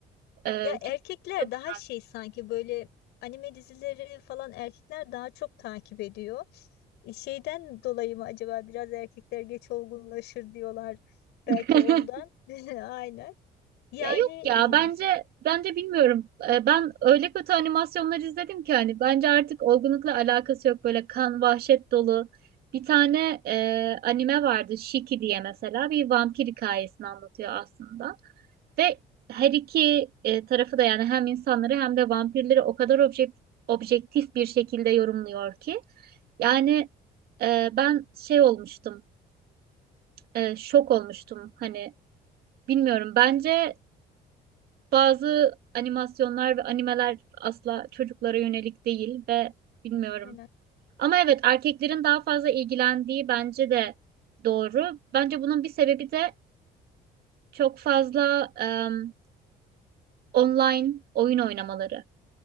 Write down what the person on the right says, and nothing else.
Ee,
çok çok
güzel.
<laughs>
Ya yok ya bence
bence bilmiyorum. Ee, ben öyle kötü animasyonlar izledim ki hani bence artık olgunlukla alakası yok böyle kan vahşet dolu. Bir tane e, anime vardı Shiki diye mesela bir vampir hikayesini anlatıyor aslında. Ve her iki e, tarafı da yani hem insanları hem de vampirleri o kadar objek- objektif bir şekilde yorumluyor ki. Yani e, ben şey olmuştum, e, şok olmuştum. Hani bilmiyorum bence bazı animasyonlar ve animeler asla çocuklara yönelik değil ve bilmiyorum.
Ama evet erkeklerin daha fazla ilgilendiği bence de doğru. Bence bunun bir sebebi de çok fazla em, online oyun oynamaları.